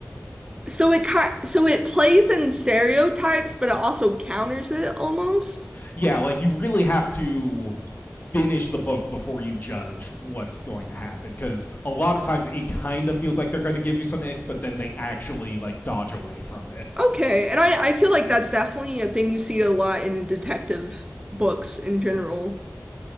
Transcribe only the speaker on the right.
So it kind so it plays in stereotypes, but it also counters it almost.
Okay, and I I feel like that's definitely a thing you see a lot in detective books in general.